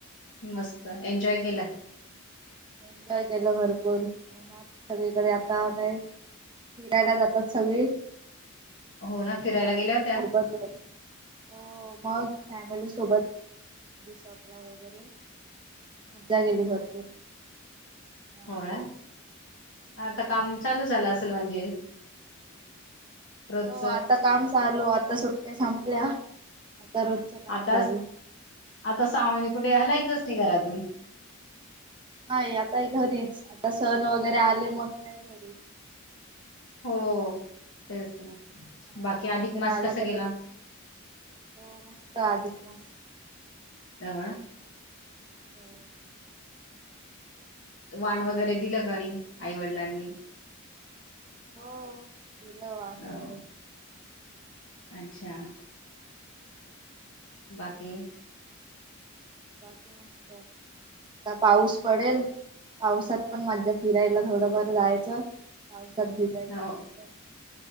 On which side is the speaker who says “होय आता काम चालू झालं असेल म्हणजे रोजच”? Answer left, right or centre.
Left